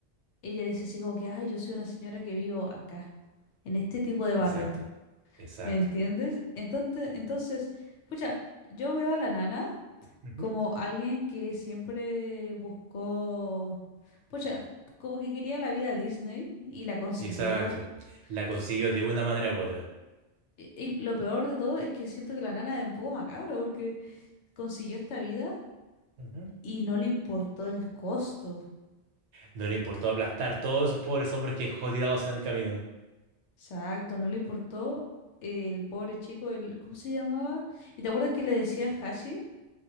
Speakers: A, on the left (about 85°); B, on the right (about 75°).
A: Ella dice así como que, ay, yo soy una señora que vivo acá, en este tipo de
B: Exacto,
A: barrio.
B: exacto.
A: ¿Me entiendes? Entonces, entonces, pucha, yo veo a la nana
B: ujú,
A: como alguien que siempre buscó, pucha, como que quería la vida Disney y la consiguió.
B: Exacto. La
A: Y,
B: consiguió de una manera u otra.
A: y- y lo peor de todo es que siento que la nana es un poco macabra porque consiguió esta vida
B: Ujú.
A: y no le importó el costo.
B: No le importó aplastar todos esos pobres hombres que dejó tirados en el camino.
A: Exacto, no le importó el pobre chico, el, ¿cómo se llamaba? ¿Y te acuerdas que le decían Hachi?